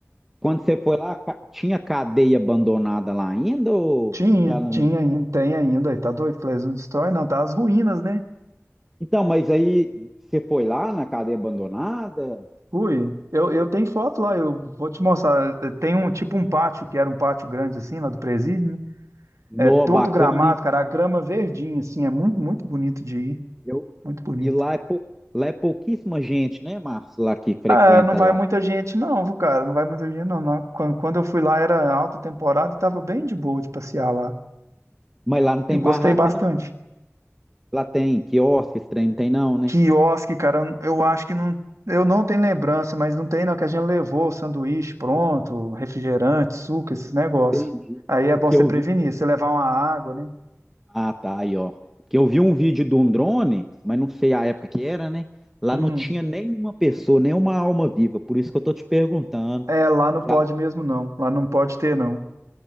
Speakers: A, in the centre; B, on the right (about 85°).
A: quando você foi lá, ca- tinha cadeia abandonada lá ainda ou
B: Tinha,
A: já não?
B: tinha ainda, tem ainda, e tá doido, que eles não destrói, não, tá as ruínas, né?
A: Então, mas aí você foi lá na cadeia abandonada?
B: Ui, eu, eu tenho foto lá, eu vou te mostrar. eh, Tem um tipo um pátio, que era um pátio grande assim, lá do presídio, né?
A: No,
B: É todo
A: bacana,
B: gramado,
A: hein?
B: cara, a grama verdinha, assim, é muito, muito bonito de ir,
A: Eu,
B: muito bonito.
A: e lá é, pou, lá é pouquíssima gente, né, Márcio, lá que frequenta
B: Ah, não vai
A: lá.
B: muita gente não, viu, cara? Não vai muita gente não, não. Quando, quando eu fui lá era alta temporada e tava bem de boa de passear lá.
A: Mas lá não tem
B: Eu gostei
A: barraca,
B: bastante.
A: não. né? Lá tem quiosque, esse trem não tem, não, né?
B: Quiosque, cara, eu acho que não. Eu não tenho lembrança, mas não tem não, que a gente levou sanduíche pronto, refrigerante, suco, esses negócios.
A: Entendi.
B: Aí é
A: Porque
B: bom você
A: eu
B: prevenir,
A: vi. um,
B: você levar uma água, né?
A: Ah, tá, aí, ó. Porque eu vi um vídeo de um drone, mas não sei a época que era, né? Lá
B: Hum,
A: não tinha nenhuma pessoa, nenhuma alma viva. Por isso que eu tô te perguntando.
B: é, lá não
A: Que
B: pode
A: a-
B: mesmo não, lá não pode ter não.